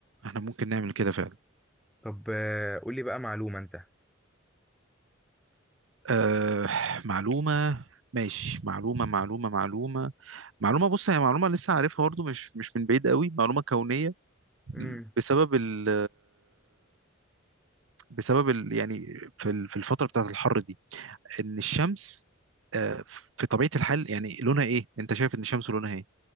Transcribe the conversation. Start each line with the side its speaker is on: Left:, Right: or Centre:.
Right: إحنا ممكن نعمل كده فعلا
Centre: طب آه، قولي بقى معلومه انت
Right: أه معلومة ماشي معلومة معلومة معلومة معلومة بص هي معلومة لسه عارفها برضه مش مش من بعيد قوي معلومة كونية
Centre: امم
Right: بسبب ال بسبب ال يعني في ال- في الفترة بتاعة الحر دي إن الشمس آه، في طبيعة الحال يعني لونها إيه؟ أنت شايف إن الشمس لونها إيه؟